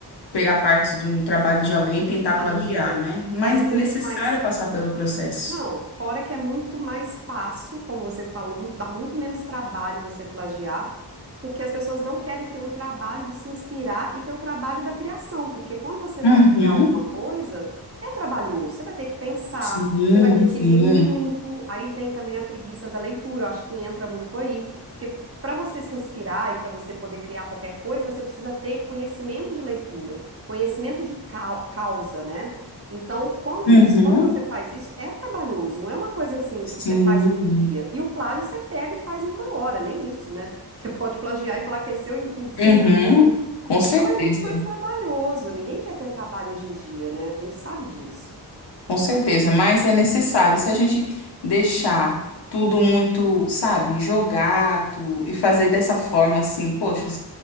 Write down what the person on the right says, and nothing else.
amiga.
É muito
mais
Não, fora que é muito mais fácil, como você falou, mu- dá muito menos trabalho você plagiar porque as pessoas não querem ter um trabalho de se inspirar e ter o trabalho da criação, porque quando você
vai criar alguma coisa, é trabalhoso, você vai ter que pensar,
você vai ter que
ler muito, aí vem também a preguiça da leitura, eu acho que entra muito aí, porque para você se inspirar e para você poder criar qualquer coisa, você precisa ter conhecimento de leitura, conhecimento de cau- causa, né? Então, quando
isso, quando você faz isso, é trabalhoso, não é uma coisa assim
que você faz em um dia. E o plágio você pega e faz em uma hora, nem isso, né? Você pode plagiar e falar que é seu em, em cinco
minutos.
Então é muito mais trabalhoso. Ninguém quer ter trabalho hoje em dia, né? A gente sabe disso.